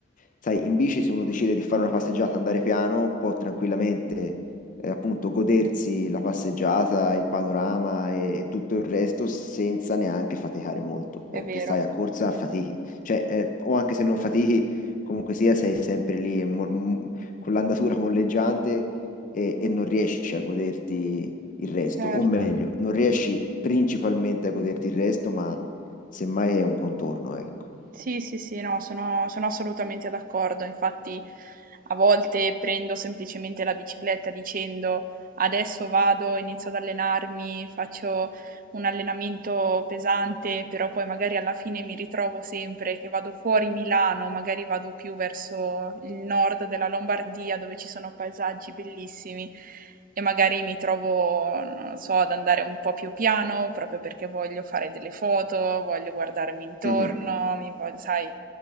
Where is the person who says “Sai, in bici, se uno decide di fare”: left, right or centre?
Left